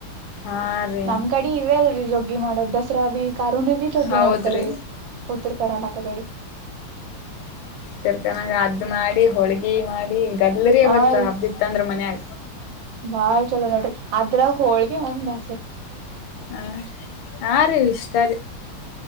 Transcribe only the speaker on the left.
ಹಾ ರೀ
ಹೌದ್ರಿ
ತರ್ಕನಾಗ ಅಡ್ಡ ಮಾಡಿ ಹೋಳಿಗೆ ಮಾಡಿ ಗದ್ಲ್ರಿ
ಅವತ್
ಹಬ್ಬಿತ್ತಂದ್ರ ಮನ್ಯಾಗ
ಹ ಹಾ ರೀ ಇಷ್ಟಾ ರಿ